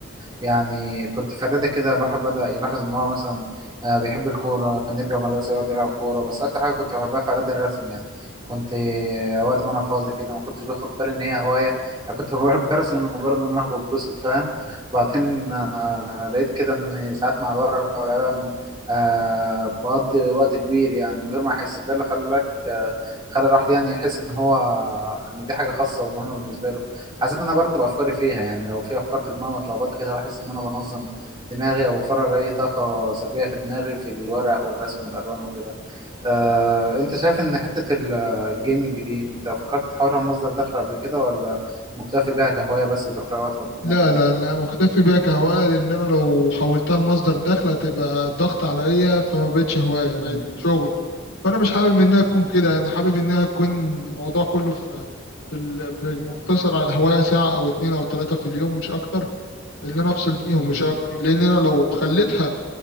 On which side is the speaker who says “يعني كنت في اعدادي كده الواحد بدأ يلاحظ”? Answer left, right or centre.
Right